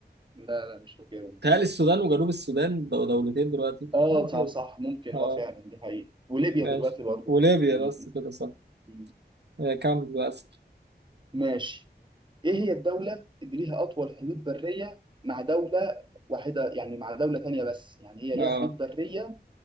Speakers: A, on the right (about 25°); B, on the right (about 70°).
A: لا لا مش فاكرهم بصراحة
B: تهيألي السودان وجنوب السودان بقوا دولتين دلوقتي
A: اه
B: حاجة
A: صح
B: كده
A: صح ممكن
B: اه
A: اه فعلا دي حقيقة وليبيا
B: ماشي
A: دلوقتي برضو
B: وليبيا
A: يعني
B: بس كده صح
A: مم.
B: آه كام للأسف
A: ماشي ايه هي الدولة اللي ليها أطول حدود برية مع دولة واحدة يعني مع دولة ثانية بس يعني هي ليها
B: اه
A: حدود برية